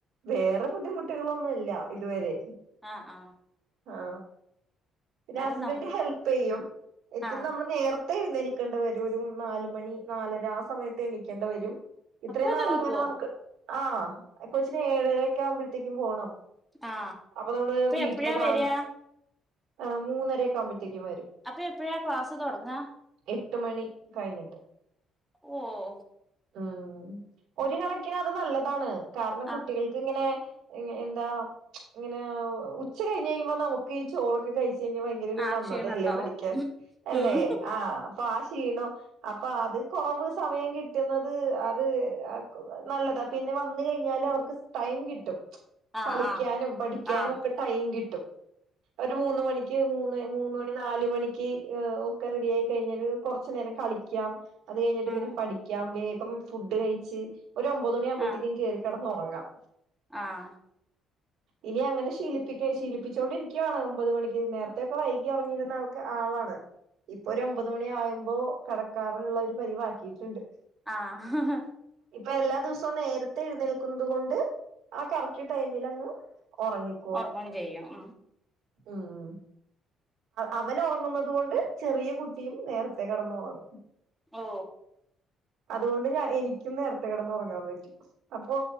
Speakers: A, on the right; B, in the centre.
A: വേറെ ബുദ്ധിമുട്ടുകളൊന്നുംല്ല ഇതുവെരേം.
B: അ ആ
A: ആ പിനെ
B: എന്നാലും
A: ഹസ്ബൻഡ്
B: ന
A: ഹെൽപ്പെയ്യും.
B: ആ
A: ന്നമ്മള് ന്നേർത്തെ എഴുന്നേൽക്കണ്ട വരും ഒരു നാല് മണി നാലെര ആ സമയത്ത് എണിക്കേണ്ട വെരും. ഇത്രയും
B: അപ്പൊക്കെ
A: നാളും
B: നീക്കോ
A: അങ്ങനെ ന്നമ്ക്ക് ആ കൊച്ചിന് ഏഴെരെക്കെ ആവുമ്പഴ്‌ത്തേക്കും പോണം.
B: ആ
A: അപ്പൊ നമ്മള് വീട്ടിലെരാവിലെ
B: എപ്പഴാ വരിക
A: എ മൂന്നരൊക്കെ ആവുമ്പഴ്‌ത്തേക്കും വരും.
B: അപ്പൊ എപ്പഴാ ക്ലാസ് തൊടങ്ങാ
A: എട്ട് മണി കഴിഞ്ഞിട്ട്.
B: ഒ ഓ
A: ആ ഒരു കണക്കിന് അത് നല്ലതാണ് കാരണം കുട്ടികൾക്ക്.
B: ആ
A: ഇങ്ങെനെ, ഇങ്ങനെ എന്താ. ഇങ്ങനെ ഉച്ച കഴിഞ്ഞയ്യുമ്പൊ നമുക്ക് ഈ ചോറൊക്കെ കഴിച്ചയ്ഞ് ഭയങ്കരൊ രു
B: ആ
A: മന്ദത
B: ക്ഷീണം
A: അല്ലേ
B: ഉണ്ടാവും
A: പഠിക്കാൻ. അല്ലേ
B: ഉം
A: ആഹ് അപ്പൊ ആ ക്ഷീണോം അപ്പഅത് കൊറവ് സമയം കിട്ട്- കിട്ടുന്നത് അത് അതൊക്കെ നല്ലതാ പിനെ വന്ന് കഴിഞ്ഞാലും അവർക്ക് സ് ടൈം കിട്ടും.
B: ആ
A: കളിക്കാനും
B: ആ
A: പഠിക്കാനും
B: ആഹ്
A: ഒക്കെ ടൈം കിട്ടും ഒരു മൂന്ന് മണിക്ക് മൂന്ന് മൂന്ന്മണി നാലുമണിക്ക് ഏ ഒക്കെ റെഡിയായി കഴിഞ്ഞാല് കൊറച്ച് ന്നേരം കളിക്കാം. അതുകഴിഞ്ഞിട്ട്
B: ഉം
A: പിന്നെ പഠിക്കാം വേഗം ഫുഡ്കഴിച്ച് ഒരു ഒമ്പതു മണിയാവുമ്പഴ്‌
B: ആഹ്
A: ത്തേക്കും കേറി- കെടന്നൊറങ്ങാം.
B: ആഹ്
A: ഇനിയങ്ങനെ ശീലിപ്പിക്കെ ശീലിപ്പിച്ചോണ്ടിരിക്കുവാണ് ഒമ്പതു മണിക്ക് ന്നേർത്തൊക്കെ വൈകിഉറങ്ങിയിരുന്ന ആൾ- ആളാണ് ഇപ്പൊ ഒരു ഒമ്പതുമണിയാവുമ്പോ കെടക്കാറുള്ളൊരു പരിവാക്കിയിട്ട്ണ്ട്.
B: ആ ഹ് ഹ് ഹ്
A: ഇപ്പയെല്ലാ ദിവസവും നേരത്തെ എഴ്ന്നേൽക്കുന്നതു കൊണ്ട് ആ കറക്റ്റ് ടൈമി- മിലങ് ഒറങ്ങി-
B: ഒറങ്ങും ചെയ്യും ഉം
A: ഉം അവനൊറങ്ങുന്നതു കൊണ്ട് ചെറിയ കുട്ടിയും ന്നേരെത്തെകെടന്നുറങ്ങും.
B: ഓ
A: അതുകൊണ്ട് ഞ എനിക്കും ന്നേർത്തെ കെടന്നുറങ്ങാൻ പറ്റും. അപ്പോ